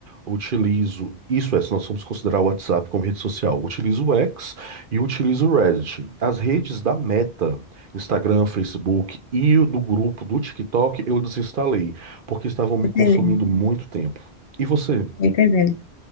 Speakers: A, on the right; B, on the left.
A: Utilizo, isso é, se nós formos considerar o WhatsApp como rede social, utilizo o X e utilizo o Reddit. As redes da Meta, Instagram, Facebook e o do grupo do TikTok, eu desinstalei, porque estavam me
B: Entendendo,
A: consumindo muito tempo. E você?
B: tô entendendo.